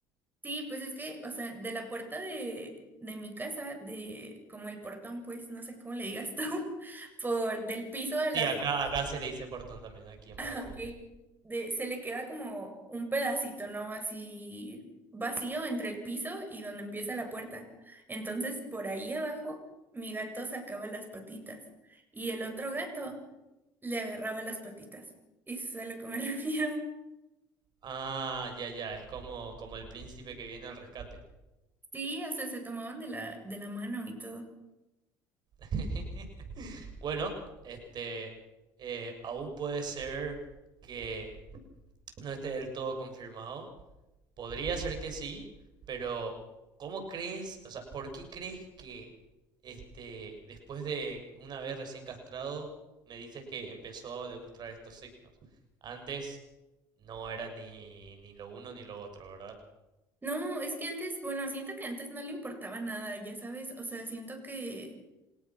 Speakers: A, on the right; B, on the right.
A: Sí, pues es que, o sea, de la puerta de, de mi casa, de como el portón, pues, no sé cómo le digas tú, <laughs> por del piso de la
B: Sí, acá,
A: puerta,
B: acá se le dice portón también, aquí
A: <laughs>
B: en Paraguay.
A: ok, de, se le queda como un pedacito, ¿no? Así vacío entre el piso y donde empieza la puerta. Entonces, por ahí abajo, mi gato sacaba las patitas y el otro gato le agarraba las patitas. Eso es a lo que me <laughs> refiero.
B: Ah, ya, ya, es como, como el príncipe que viene al rescate.
A: Sí, o sea, se tomaban de la, de la mano y todo.
B: <laughs> Bueno, este, eh, aún puede ser que no esté del todo confirmado, Podría ser que sí, pero ¿cómo crees? O sea, ¿por qué crees que este, después de una vez recién castrado, me dices que empezó a demostrar estos signos? Antes no era ni, ni lo uno ni lo otro, ¿verdad?
A: No, es que antes, bueno, siento que antes no le importaba nada, ya sabes, o sea, siento que,